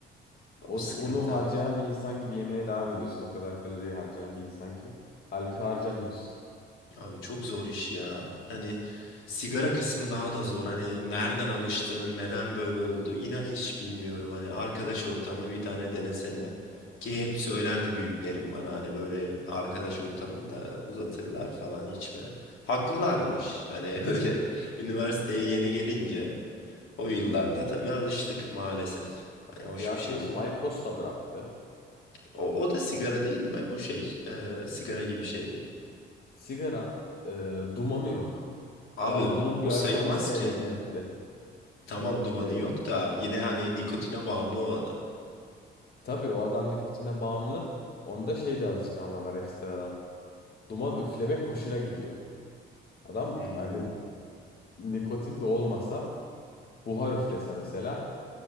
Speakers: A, on the left; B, on the left.
A: O,
B: O sıkıntı.
A: onu harcayan bir insan gibi yemeye devam ediyorsun. O kadar kaloriyi harcayan bir insan gibi. Halbuki harcamıyorsun.
B: Abi çok zor iş ya. Hani sigara kısmı daha da zor. Hani nereden alıştım, neden böyle oldu inan hiç bilmiyorum. Hani arkadaş ortamı bir tane denesene. Ki hep söylerdi büyüklerim bana hani böyle arkadaş ortamında uzatırlar falan içme. Haklılarmış. Hani <laughs> böyle üniversiteye yeni gelince o yıllarda tabii alıştık maalesef. Hani hoş
A: Bir arkadaşım
B: bir şey değil.
A: IQOS'la bıraktı.
B: O, o da sigara değil mi? Bu şey, e, sigara gibi şey.
A: Sigara e, dumanı yok.
B: Abi
A: Bağımlılığın
B: bu- o
A: bir
B: sayılmaz
A: aşamasını
B: ki.
A: elimine etti.
B: Tamam dumanı
A: E,
B: yok da yine hani nikotine bağımlı o adam.
A: tabii o adam nikotine bağımlı. Onda şey de alışkanlığı var ekstradan. Duman üflemek hoşuna gidiyor. Adam
B: Hmm,
A: hani nikotin de olmasa buhar üflese mesela